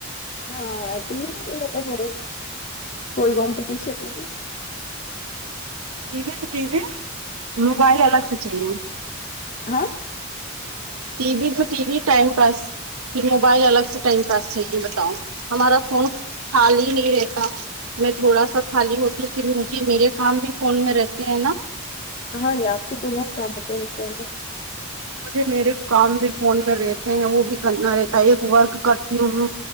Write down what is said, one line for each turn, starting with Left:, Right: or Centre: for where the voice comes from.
Left: ہاں ٹی وی میں تو فرا کوئی کمپٹین نہیں
Right: ٹی وی تو ٹی وی موبائل الگ سے چاہیے
Left: ہاں
Right: ٹی وی تو ٹی وی ٹائم پاس پھر موبائل الگ سے ٹائم پاس چاہیے بتاؤ ہمارا فون خالی نہیں رہتا میں تھوڑا سا خالی ہوتی پھر مجھے میرے کام بھی فون میں رہتے ہیں نا
Left: ہاں جی آپ کے تو بہت کام ہوتے ہیں فون میں
Right: مجھے میرے کام بھی فون میں رہتے ہیں وہ بھی کرنا رہتا ہے ایک ورک کرتی ہوں میں